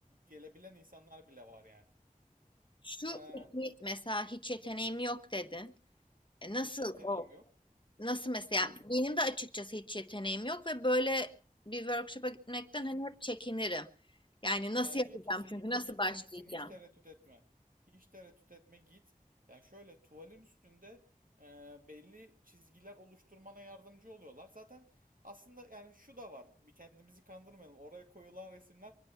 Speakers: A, on the right; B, on the left.
A: gelebilen insanlar bile var yani.
B: Şu
A: Eee,
B: peki mesela hiç yeteneğim yok dedin. E, nasıl
A: hiç yeteneğim
B: o?
A: yok.
B: Nasıl mesela?
A: Belli,
B: Benim de açıkçası hiç yeteneğim yok ve böyle bir workshop'a gitmekten
A: şimdi
B: hani hep çekinirim. Yani nasıl
A: Bence
B: yapacağım
A: kesinlikle
B: çünkü nasıl
A: gitmelisin.
B: başlayacağım?
A: Hiç tereddüt etme. Hiç tereddüt etme git. Yani şöyle tuvalin üstünde e, belli çizgiler oluşturmana yardımcı oluyorlar. Zaten aslında yani şu da var. Bir kendimizi kandırmayalım. Oraya koyulan resimler